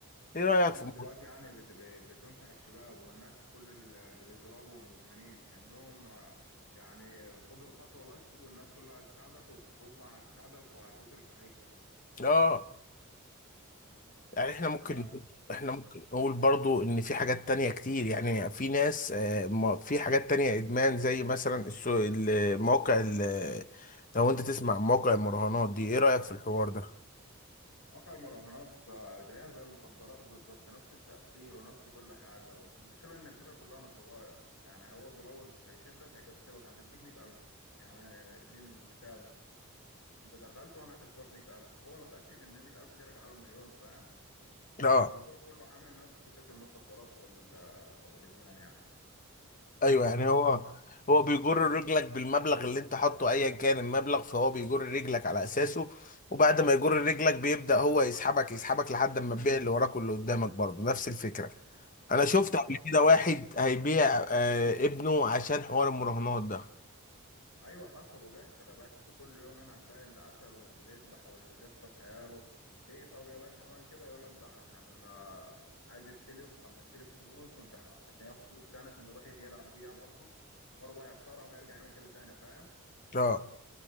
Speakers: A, on the left; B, on the left.
A: ايه رأيك
B: انت
A: في موضوع
B: دلوقتي يعني بت... ب- بتنصح الشباب والناس كل ال- اللي بيضربوا والمدمنين انهم آه، يعني خدوا الخطوه بس والناس كلها هتساعدك والحكومه هتساعدك وهتصرف عليك كمان
A: اه يعني احنا ممكن
B: تمام
A: نقول احنا ممكن نقول برضو ان في حاجات تانية كتير يعني في ناس آه، ما- في حاجات تانية ادمان زي مثلا السو- المواقع ال- لو انت تسمع عن مواقع المراهنات دي ايه رأيك في الحوار ده؟
B: مواقع المراهنات آه، زيها زي المخدرات بالظبط نفس التأثير ونفس كل حاجة والمشكلة إن الفكرة كلها نصبايا يعني هو بالأول هيشدك هيكسبك أنا هديك مية ألف يعني دي المثال مثلا أنت دخلت وأنا هكسبك مية ألف هو متأكد إن المية ألف دي راجعة له مليون فاهم
A: اه
B: فالموضوع كله عامل نفس فكرة المخدرات وال... والإدمان يعني
A: ايوه يعني هو هو بيجر رجلك بالمبلغ اللي انت حاطه ايا كان المبلغ فهو بيجر رجلك على اساسه وبعد ما يجر رجلك بيبدأ هو يسحبك يسحبك لحد ما تبيع اللي وراك واللي قدامك برضه نفس الفكرة انا شفت
B: بالظبط
A: قبل كده واحد هيبيع آه ابنه عشان حوار المراهنات ده
B: ايوه حصل وبيحصل يا باشا ده كل يوم هنا هتلاقي اللي قتل واللي بيذبح واللي بيخطف عياله ليه طب يا باشا عمل كده يقول لك ده عشان آه، عايز يستلف كان مستلف فلوس ومش ع- عشان ياخد فلوس تاني عشان يروح يلعب بيها برضه وبرضه هيخسرها وهيرجع يعمل كده تاني فاهم
A: اه